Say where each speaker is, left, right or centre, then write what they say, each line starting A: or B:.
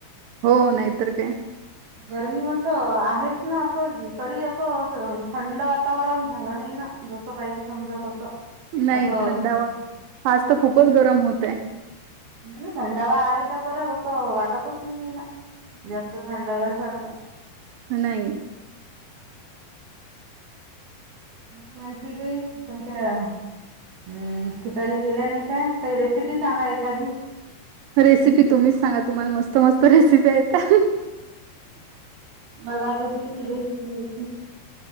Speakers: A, on the right; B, on the right.
A: हो.. नाहीतर काय.
B: गरमी म्हटलं आहेच ना आसं तरी असं थंड वातावरण झालं नइ ना? जसं पाहिजे समजा तसं.
A: नाही
B: असं
A: थंडावा. आज त खूपच गरम होतंय.
B: नाही म. थंडावा आहे का बरं तसं वाटतच नाइए ना. जास्त थंडाव्यासार ह
A: नाई.
B: <unintelligible> हम्म.. ठिकाणी गेल्या नाइ का? काही रेसिपी सांगा एखादी.
A: रेसिपी तुम्हीच सांगा तुम्हाला मस्त मस्त रेसिप्या येता.
B: मला कशाची रेसिपी येती?